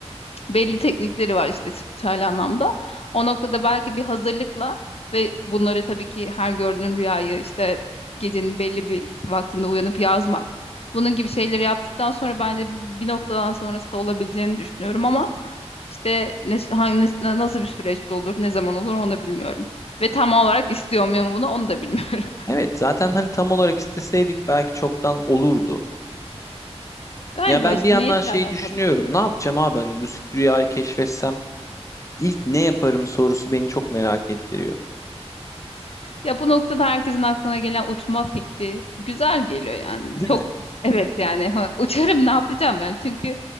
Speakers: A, on the left (about 60°); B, on the left (about 30°).
A: Belli teknikleri var işte spiritüel anlamda. O noktada belki bir hazırlıkla ve bunları tabii ki her gördüğün rüyayı işte gecenin belli bir vaktinde uyanıp yazmak. Bunun gibi şeyleri yaptıktan sonra bence bir noktadan sonrası da olabileceğini düşünüyorum ama işte ne, hangi, nasıl bir süreçte olur, ne zaman olur onu da bilmiyorum. Ve tam olarak istiyor muyum bunu onu da bilmiyorum. <laughs>
B: Evet, zaten hani tam olarak isteseydik belki çoktan olurdu.
A: Galiba
B: Ya ben
A: işte
B: bir yandan
A: niyetle
B: şeyi
A: alakalı.
B: düşünüyorum. Ne yapacağım abi hani lucid rüyayı keşfetsem ilk ne yaparım sorusu beni çok merak ettiriyor.
A: Ya bu noktada herkesin aklına gelen uçma fikri güzel geliyor yani.
B: Değil
A: Çok
B: mi?
A: evet yani ha, uçarım ne yapacağım yani. Çünkü